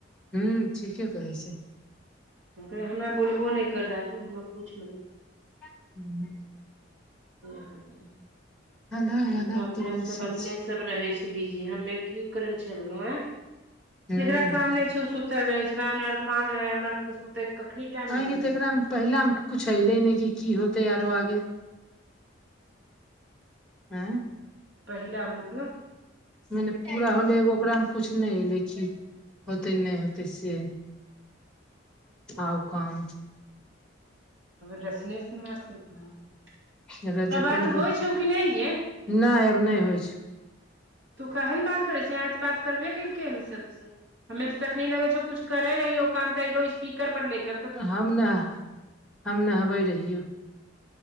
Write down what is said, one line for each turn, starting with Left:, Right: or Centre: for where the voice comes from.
Centre: हूँ ठीके कहै छै।
Right: हम कहलियै हमरा बोलबो नै कर राजू हमरा कुछ मत
Centre: हू
Right: ह
Centre: अलग
Right: अपना
Centre: अलग
Right: अपना
Centre: तमाशा
Right: सब अपने
Centre: छै
Right: सब रहे छैय बिजी हमे की करे ले चललहु अए
Centre: ह
Right: जेकरा काम नहि छैय ओ सु टल रहे छैय हमरा आर काम रहे आर के सुते के कखनी टाइम
Centre: आगे
Right: मिलै
Centre: तऽ
Right: छै
Centre: एकरामे पहिलामे कुछु एऐलै ने कि की होतै आरो आगे अए
Right: पहिले मतलब
Centre: मने पूरा होलै एगो ओकरामे कछु नहि एलै कि होतै नहि होतै से आउ काम
Right: रोशने से बात कर तिहे
Centre: एकरा जते
Right: बात
Centre: ने बोल,
Right: होइ छौ कि नहि गे
Centre: नहि आब नहि होइ छै
Right: तू कहे ने बात करे छैय आइ तऽ बात करबे केलकै हे सबस हमे तऽ तखनी लगै छौ कुछ करे रहियौ हो काम तइ लो स्पीकर पर लेक
Centre: हम नहि हम नहबै रहियौ